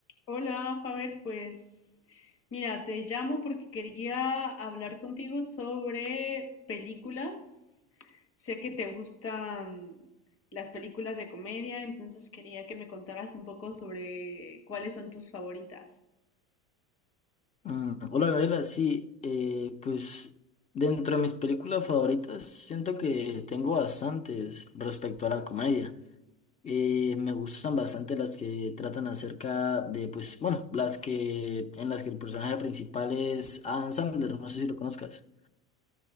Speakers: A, on the left; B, on the left.
A: Hola, Faber, pues mira, te llamo porque quería hablar contigo sobre películas. Sé que te gustan las películas de comedia, entonces quería que me contaras un poco sobre cuáles son tus favoritas.
B: Mm, Hola Gabriela, sí, eh, pues dentro de mis películas favoritas siento que tengo bastantes respecto a la comedia. Eh, me gustan bastante las que tratan acerca de, pues, bueno, las que en las que el personaje principal es Adam Sandler, no sé si lo conozcas.